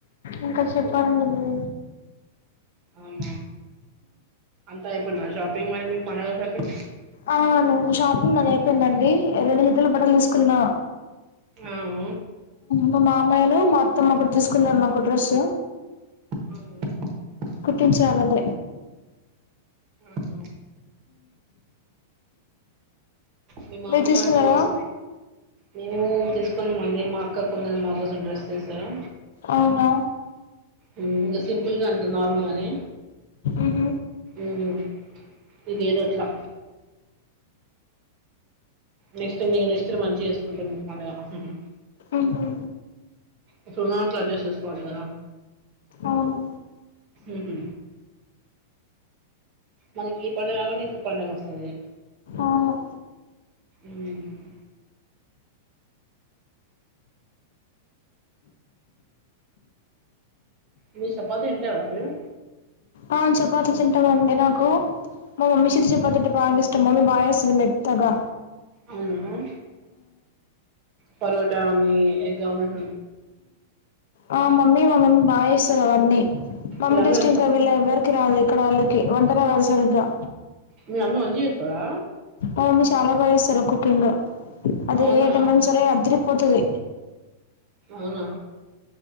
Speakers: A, on the left; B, on the right.
A: ఇంకా చెప్పాలండి బవ్
B: అమ అంతా అయిపోడుమా షాపింగ్ మరి మీకు కొన క షాపింగ్
A: ఆ నును షాపింగ్ నన అయిపోయినండి రెండు హదులు బట్టలు తీసుకున్నా
B: అవు
A: మా మా అమాయిలు మా అొత్తం ఒకటి తీసుకుంటన్న ఒక డ్రెస్
B: ఆవు
A: కుటిం చారుద
B: ఆహ మీ మామ్య
A: మీరు తీసుకున్నారా
B: అంటే వాళ్ళు మేము తీసుకున్నమంది మా అక్క కొన్నది మా కోసం డ్రెస్ చేస్తాం
A: అవునా
B: ఇంకా సింపుిల్గా ఉంట నార్మల్గానే
A: ఇహ
B: ఉమ్ ఇది ఏదోట్లా నెక్స్ట్ మీ నెక్స్ట్ ది మంచిగా చేసుకుంటం మేం పండగా ఉహ్ హు
A: ఉహు
B: ఇప్డ్ ఉన్నదాంట్లో అడ్జస్ట్ చేసుకోవాలి గాదా
A: అవును
B: ఉహ్ హు మనకి ఈ పండుగ కంగన్నే ఇంకో పండగ వస్తుంది.
A: అవును
B: ఉమ్ మీర్ చపాతింటారా మీరు?
A: ఆ చపాతింటామండి. నాకు మా మమ్మీ సేత్ చాపాతంటే బాగ్ ఇష్టం. మమ్మీ బా సేత్తుంది మెత్తగా.
B: అవునామ్మ పోలోటా మీ ఎగ్ ఆమ్లేట్
A: ఆ మమ్మీ మా మమ్మీ బాజెస్సదవన్ని మమ్మీ
B: మీ అమ్మ
A: టేస్ట్ ఇంకా వీళ ఎవ్వరికి రాదు. ఇక్కడోళ్ళకి వంటనే రాదు సరిగ్గా.
B: మీ అమ్మ మంచిచేత్తదా.
A: అవును చాలా బాగా ఇస్తారు కుకింగ్. అది
B: అవునా
A: ఏ ఐటమ అయినా సరే అద్దరిపోతది.
B: అవునా